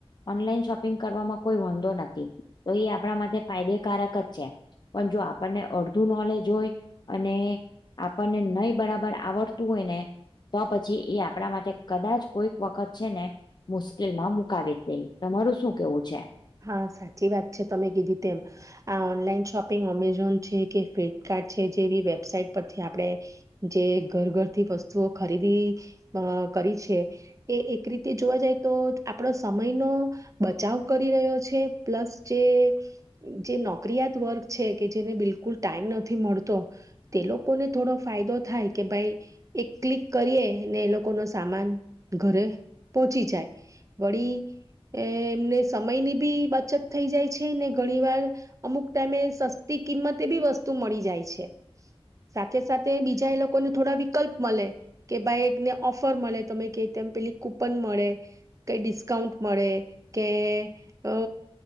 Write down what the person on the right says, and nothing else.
હા સાચી વાત છે તમે કીધી તેમ. આ ઓનલાઈન શોપિંગ અમેઝોન છે કે ફ્લિપકાર્ટ છે જેવી વેબસાઇટ પરથી આપણે જે ઘર ઘરથી વસ્તુઓ ખરીદી અ કરી છે એ એક રીતે જોવા જાય તો આપડો સમયનો બચાવ કરી રહ્યો છે પ્લસ જે જે નોકરીયાત વર્ગ છે કે જેને બિલકુલ ટાઈમ નથી મળતો તે લોકોને થોડો ફાયદો થાય કે ભાઈ એક ક્લિક કરીએ ને એ લોકોને સામાન ઘરે પહોંચી જાય. વળી એ એમને સમયની બી બચત થઈ જાય છે ને ઘણી વાર અમુક ટાઈમે સસ્તી કિંમતે બી વસ્તુ મળી જાય છે. સાથે સાથે બીજા એ લોકોને થોડા વિકલ્પ મળે કે ભાઈને ઓફર મળે તમે ક તેમ પેલી કૂપન મળે, કઈ ડિસ્કાઉન્ટ મળે. કે અ